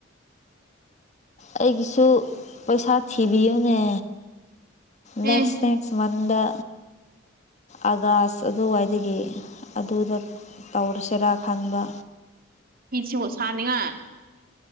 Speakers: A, on the left; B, on the right.
A: ꯑꯩꯒꯤꯁꯨ ꯄꯩꯁꯥ ꯊꯤꯕꯤꯌꯨꯅꯦ ꯅꯦꯛꯁ
B: ꯑꯦ
A: ꯅꯦꯛꯇꯦ ꯁ꯭ꯃꯟꯗ ꯑꯥꯒꯥꯁ ꯑꯗꯨꯋꯥꯏꯗꯒꯤ ꯑꯗꯨꯗ ꯇꯧꯔꯁꯤꯔꯥ ꯈꯟꯕ
B: ꯐꯤꯁꯤꯕꯣ ꯁꯥꯅꯤꯡꯉꯥꯏ